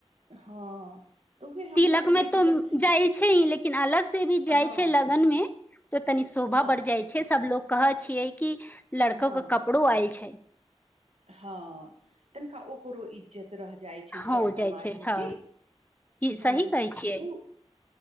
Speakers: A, on the right (about 85°); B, on the left (about 15°).
A: हँ तऽ उहे हम
B: तिलक
A: कहलियै
B: मे
A: जे
B: तऽ
A: जब
B: जाइ छै लेकिन अलग से भी जाइ
A: हँ
B: छै ल मे त तनी शोभा
A: हँ
B: बढ़ जाइ छै सब कह छियै कि एक
A: हँ
B: कपड़ो आयल छै
A: हँ तनिका ओकरो इज्जत रह जाइ छै
B: हो
A: सर समाज
B: जाइ छै
A: मे
B: हँ
A: की
B: की
A: हाँ
B: सही कहै छियै
A: उ